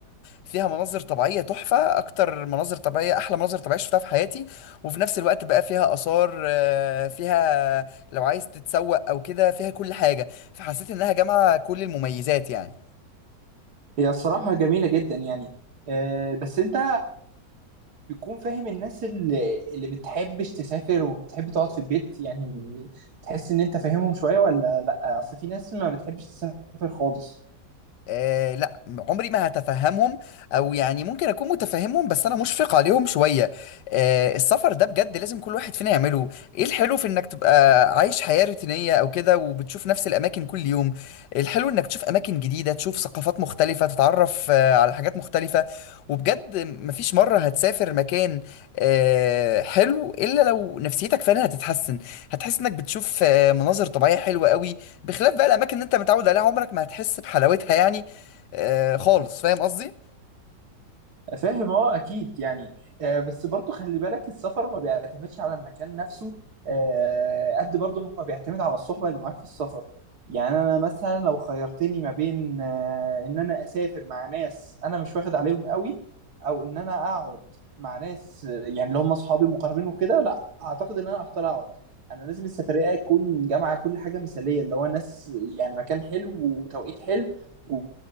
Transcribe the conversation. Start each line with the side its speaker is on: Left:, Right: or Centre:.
Left: فيها مناظر طبيعية تحفة اكتر مناظر طبيعية احلى مناظر طبيعية شفتها في حياتي وفي نفس الوقت بقى فيها اثار آه، فيها لو عايز تتسوق او كده فيها كل حاجة فحسيت انها جامعة كل المميزات يعني
Right: هي الصراحة جميلة جدا يعني آه، بس أنت بتكون فاهم الناس اللي اللي بتحبش تسافر وبتحب تقعد في البيت يعني تحس ان انت فاهمهم شوية ولا لا اصل في ناس ما بتحبش تسافر خالص
Left: آه لا عمري ما هتفهمهم او يعني ممكن اكون متفهمهم بس انا مشفق عليهم شويه آه السفر ده بجد لازم كل واحد فينا يعمله ايه الحلو في انك تبقى عايش حياه روتينيه او كده وبتشوف نفس الاماكن كل يوم الحلو انك تشوف اماكن جديده تشوف ثقافات مختلفه تتعرف آه على حاجات مختلفه وبجد مفيش مره هتسافر مكان آه حلو الا لو نفسيتك فعلا هتتحسن هتحس انك بتشوف آه مناظر طبيعيه حلوه قوي بخلاف بقى الاماكن اللي انت متعود عليها عمرك ما هتحس بحلاوتها يعني آه خالص فاهم قصدي
Right: فاهم اه اكيد يعني آه بس برضو خلي بالك السفر ما بيعتمدش على المكان نفسه آه قد برضو ما بيعتمد على الصحبة اللي معاك في السفر يعني انا مثلا لو خيرتني ما بين آه ان انا اسافر مع ناس انا مش واخد عليهم قوي او ان انا اقعد مع ناس آه، يعني اللي هم اصحابي مقربين وكده لا اعتقد ان انا هختار اقعد انا لازم السفرية تكون جامعة كل حاجة مثالية اللي هو ناس يعني مكان حلو وتوقيت حلو و...